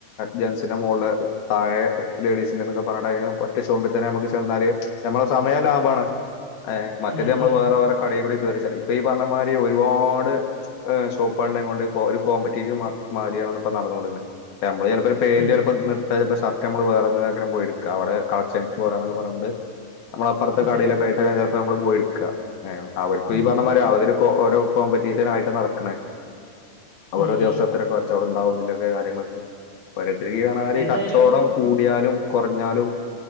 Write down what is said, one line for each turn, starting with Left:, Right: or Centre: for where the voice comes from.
Left: ജെന്സിന്റെ മോള് താഴെ ലേഡീസിന്റെറെന്നൊക്കെ പറഞ്ഞ മറ്റ ചോപിൽ തന്നെ നമുക്ക് ചെന്നാല് നമ്മള സമയം ലാഭമാണ് ഏ മറ്റേത്
Right: ഉം
Left: നമ്മൾ
Right: ഉം
Left: വേറെ വേറെ കടയിൽ കൂടി കയറിച്ച ഇപ്പൊ ഈ പറഞ്ഞ മാതിരി ഒരുപാട് ഷോപ്പ്ൾകൊണ്ട് ഒരു കോമ്പറ്റീവ് മാരിയാണ ഇപ്പ നടന്ന കൊടുക്കുന്നത് നമ്മള് ചെലപ്പോ പെന്റ്
Right: ഉം
Left: ചിലപ്പോ ഷർ നമ്മള് വേറെ എവിടുന്നെങ്കിലും പോയി എടുക്ക അവിടെ കളക്ഷൻസ് പോറെന്നൊക്കെ പറഞ്ഞട്ടണ്ട് നമ്മള അപ്പുറത്തെ
Right: അതെ
Left: കടയിലൊക്കെയിട്ട് ചിലപ്പോ നമ്മള് പോയി എടുക്ക അവർക്കും
Right: ഉം
Left: ഈ പറഞ്ഞമാരി അവര് ഓരോ കോമ്പറ്റീഷനായിട്ട് നടക്കണ്
Right: ഉം
Left: ഓരോ ദിവസഎത്ര
Right: ഉം
Left: കച്ചവടം കാര്യങ്ങളൊക്കെ പോരത്തിരിണാല്
Right: എന്തായാലും
Left: ഈ കച്ചവടം കൂടിയാലും കുറഞ്ഞാലും